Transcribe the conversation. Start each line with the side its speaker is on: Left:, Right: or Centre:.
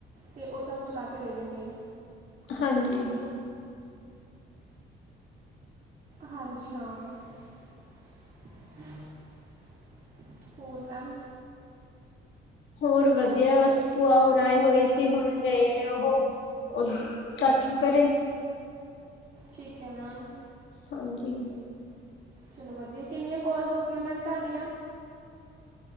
Right: ਤੇ ਉਹ ਤੁਹਾਨੂੰ ਚਲਾ ਕੇ ਦੇ ਦੇਣਗੇ
Left: ਹਾਂਜੀ
Right: ਹਾਂਜੀ ਹਾਂ <unintelligible> ਹੋਰ ਮੈਮ
Left: ਹੋਰ ਵਧੀਆ ਬਸ ਭੂਆ ਹੋਰ ਆਏ ਹੋਏ ਸੀ ਹੁਣ ਗਏ ਨੇ ਉਹ ਉ ਚਾਚੂ ਘਰੇ
Right: ਠੀਕ ਹੈ ਮੈਮ
Left: ਹਾਂਜੀ
Right: ਚਲੋ ਵਧੀਆ ਕਿੰਨੀਆਂ ਕੌਲਜ਼ ਹੋ ਗੀਆਂ ਮੈਮ ਤੁਹਾਡੀਆਂ